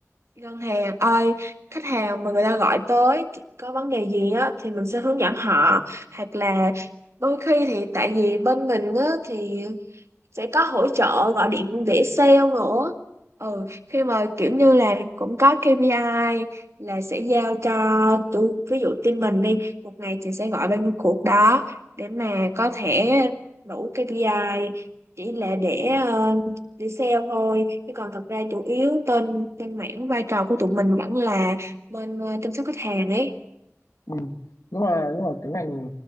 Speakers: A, on the right; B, on the left.
A: ngân hàng ơi khách hàng mà người ta gọi tới có vấn đề gì á thì mình sẽ hướng dẫn họ hoặc là đôi khi thì tại vì bên mình á thì sẽ có hỗ trợ gọi điện để sale nữa ừ khi mà kiểu như là cũng có KPI là sẽ giao cho tụi ví dụ team mình đi một ngày thì sẽ gọi bao nhiêu cuộc đó để mà có thể đủ KPI chỉ là để ờ, để sale thôi chứ còn thật ra chủ yếu tên tên mảng vai trò của tụi mình vẫn là bên ờ, chăm sóc khách hàng ấy
B: ừ. nhưng mà nhưng mà cái ngành